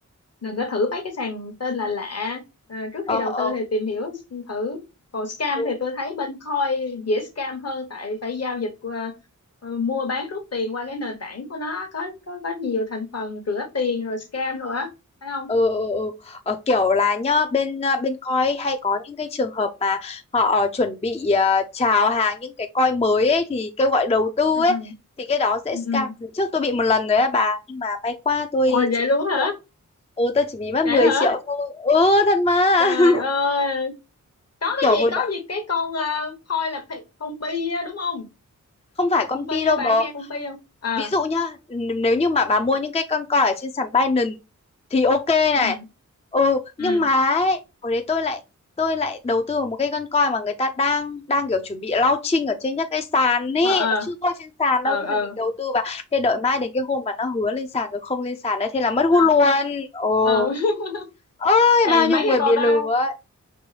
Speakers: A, on the left (about 50°); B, on the left (about 20°).
A: đừng
B: Ừ.
A: có thử mấy cái sàn tên là lạ à, trước
B: Ờ,
A: khi đầu
B: ờ,
A: tư thì tìm hiểu thử còn scam
B: ừ.
A: thì tôi
B: ừ.
A: thấy bên Coin dễ scam hơn tại phải giao dịch qua ờ, mua bán rút tiền qua cái nền tảng của nó có có có nhiều thành phần rửa tiền rồi scam rồi á phải không
B: ừ, ừ, ừ. Ờ, kiểu là nhá bên à, bên coi hay có những cái trường hợp mà họ ờ, chuẩn bị à, chào hàng những cái coi mới ấy thì kêu gọi đầu tư
A: ừ
B: ấy thì cái đó dễ
A: ừ
B: scam
A: ừ ừ.
B: Lần trước tôi bị một lần rồi á bà nhưng mà may qua tôi
A: ôi vậy
B: chỉ bị
A: luôn
B: ít
A: hả
B: thôi ừ tôi chỉ bị mất
A: vậy
B: 10
A: hả
B: triệu thôi ừ thật mà
A: trời
B: <laughs>
A: ơi có cái
B: kiểu hồi
A: gì
B: đã
A: có gì cái con uh, Coin là pi- con bi á, đúng không
B: không phải con
A: công ty
B: pi đâu
A: á bạn
B: bố
A: nghe công ty không à
B: ví dụ nhá nếu như mà bà mua những cái con coi ở trên sàn Binance thì ok này
A: ừ
B: ừ nhưng
A: ừ
B: mà ấy, hồi đấy tôi lại tôi lại đầu tư vào một cái con coi mà người ta đang đang kiểu chuẩn bị launching ở trên các cái sàn ấy
A: ờ ờ
B: nó chưa có trên sàn
A: ờ
B: đâu thế
A: ờ
B: là mình đầu tư vào thế đợi mai đến cái hôm mà nó hứa lên sàn rồi không lên sàn đấy thế là mất hút
A: ờ
B: luôn ồ
A: ờ. <laughs>
B: ơi
A: thì
B: bao
A: mấy
B: nhiêu người
A: cái con
B: bị
A: đó
B: lừa ấy